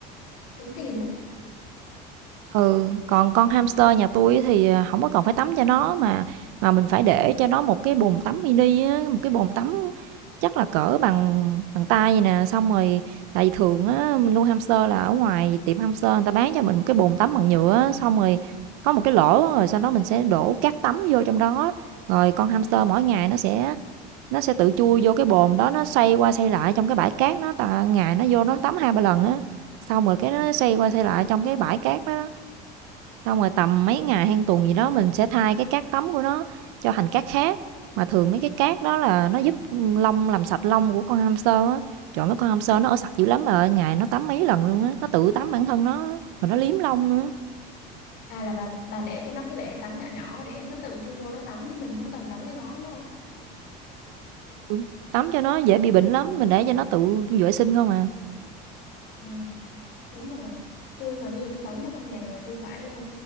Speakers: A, on the left (about 70°); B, on the right (about 75°).
A: tốn tiền lắm
B: Ừ, còn con hamster nhà tôi á thì, ờ, hổng có cần phải tắm cho nó mà mà mình phải để cho nó một cái bồn tắm mini á, một cái bồn tắm chắc là cỡ bằng bằng tay vậy nè, xong rồi tại vì thường á mình nuôi hamster là ở ngoài tiệm hamster người ta bán cho mình một cái bồn tắm bằng nhựa á, xong rồi có một cái lỗ á, rồi sau đó mình sẽ đổ cát tắm vô trong đó, rồi con hamster mỗi ngày nó sẽ nó sẽ tự chui vô cái bồn đó, nó xoay qua xoay lại trong cái bãi cát đó, tại ngày nó vô nó tắm hai ba lần á, xong rồi cái nó xoay qua xoay lại trong cái bãi cát đó. Xong rồi tầm mấy ngày hay tuần gì đó mình sẽ thay cái cát tắm của nó cho thành cát khác. Mà thường mấy cái cát đó là nó giúp lông làm sạch lông của con hamster á. Trời mấy con hamster nó ở sạch dữ lắm bà ơi, ngày nó tắm mấy lần luôn á, nó tự tắm bản thân nó, á, rồi nó liếm lông nữa.
A: à là bà bà để cho nó cái bể tắm nhỏ nhỏ để nó tự chui vô nó tắm chứ mình không cần tắm cho nó đúng không
B: Ừ, Tắm cho nó dễ bị bệnh lắm, mình để cho nó tự vệ sinh không à.
A: Ờ đúng rồi tôi mà bây giờ tôi tắm cho con mèo là tôi phải ờ,